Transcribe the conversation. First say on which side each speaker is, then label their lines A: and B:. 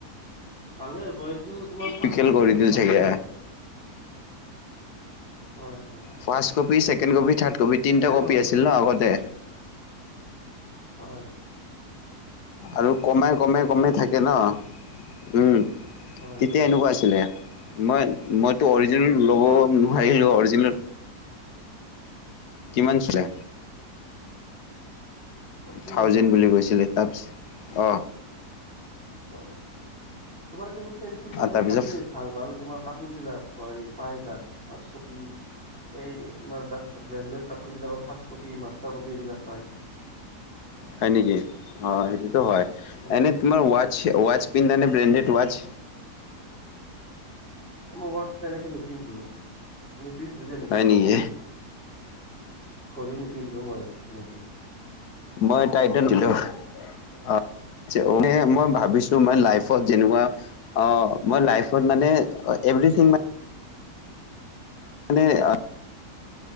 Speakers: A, in the centre; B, on the left.
A: ভালে হ'ব। এইটো তোমাৰ ফাৰ্ষ্ট
B: পিকেল
A: কপিত
B: কৰি
A: থাকি
B: দিল
A: ভালে
B: চাগে
A: হয়। হয় হয়
B: ফাৰ্ষ্ট কপি,
A: মানে
B: ছেকেণ্ড
A: তোমাৰ
B: কপি, থাৰ্ড কপি তিনিটা
A: বেয়া
B: কপি
A: নহ'ব
B: আছিল ন আগতে?
A: হয়।
B: আৰু
A: এই
B: কমাই
A: তিনিটাই
B: কমে
A: আছিল
B: কমে থাকে ন? উম।
A: হয়
B: তেতিয়া এনেকুৱা আছিলে। মই-মইতো অৰিজিনেল
A: হয়
B: ল'ব
A: তোমাৰ
B: নোৱাৰিলো, অৰিজিনেল কিমান চলে?
A: চৌবিশ
B: থাউজেণ্ড
A: হাজাৰ
B: বুলি কৈছিলে। তাপছ অ।
A: অ, তোমাৰ কিন্তু ফেঞ্চীৰ সেইখিনিত
B: তাৰপিছত
A: আছেই, ভাল ভাল তোমাৰ কাপোৰবিলাক হয়। পায় তাত ফাৰ্ষ্ট কপি। এই তোমাৰ বে-ব্ৰেণ্ডেড কাপোৰ বিলাকত ফাৰ্ষ্ট কপি, মাষ্টাৰ কপি এইবিলাক পায়। <inaudible>
B: হয় নেকি? অ, সেইটোতো হয়।
A: উম
B: এনে তোমাৰ ৱাটছ থে ৱাটছ পিন্ধা নে ব্ৰেণ্ডেড ৱাটছ?
A: মই ৱাটছ তেনেকে নিপিন্ধো, নিপিন্ধো তেনেকে
B: হয়
A: ৱাটছ।
B: নেকি
A: ঘড়ী নিপিন্ধো মই তেনেকে।
B: মই টাইটেন ঠিলহ, অ অনে মই ভাবিছো, মাই লাইফত যেনেকুৱা, অ', মই লাইফত মানে এভ্ৰিথিং মা মানে অ',